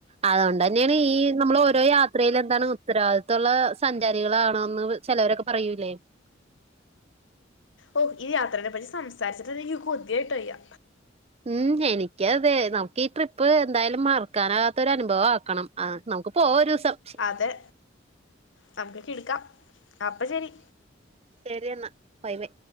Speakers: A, on the right (about 35°); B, on the left (about 70°).
A: അതോണ്ടന്നെയാണ് ഈ നമ്മള് ഓരോ യാത്രേലും എന്താണ് ഉത്തരവാദിത്തോള്ള സഞ്ചാരികളാകണോന്ന് ചെലൊരക്കെ പറയൂലേ
B: ഓഹ് ഈ യാത്രേനെ പറ്റി സംസാരിച്ചിട്ടെന്നെ എനിക്ക് കൊതിയായിട്ട് വയ്യാ
A: ഉം എനിക്ക് അതെ നമുക്ക് ഈ ട്രിപ്പ് എന്തായാലും മറക്കാനാകാത്തൊര് അനുഭവാക്കണം ആഹ് നമുക്ക് പോവാം ഒരൂസം
B: അതെ നമുക്ക് കിട്ക്കാം അപ്പ ശെരി
A: ശരിയെന്ന ബൈ ബെ